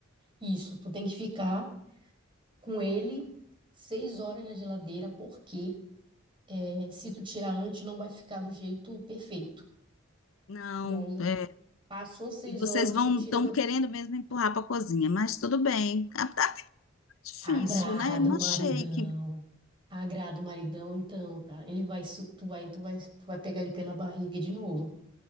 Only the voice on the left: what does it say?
Não,
é,
e vocês
vão
estão
querendo mesmo empurrar para a cozinha, mas tudo bem. Ah, Tá difícil,
né? Não
achei que.